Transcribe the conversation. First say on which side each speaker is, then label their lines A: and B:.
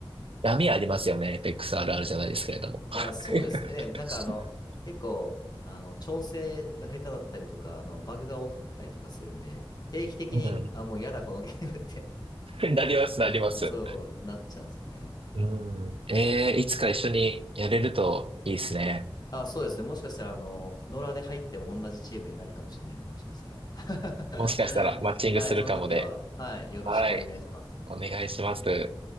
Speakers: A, on the right; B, on the left.
A: 闇ありますよね。エペックスあるあるじゃないですけれども。
B: いやそうですね。
A: <laughs>
B: なんかあの、結構、あの、調整が下手だったりとか、あの、バグが多かったりとかするんで、定期的に、
A: う
B: あ、もう嫌だ、このゲームって
A: ん。<laughs> なります、なります。
B: <laughs> そうなっちゃうんですよね。
A: うん。えー、いつか一緒にやれるといいですね。
B: あ、そうですね。もしかしたら、あの、野良で入っても同じチームになるかもしれないんで、もしかしたら。<laughs>
A: もしかしたらマッチングするかもで。
B: はい、その時は、はい、よろしくお願いします。
A: はい。お願いします。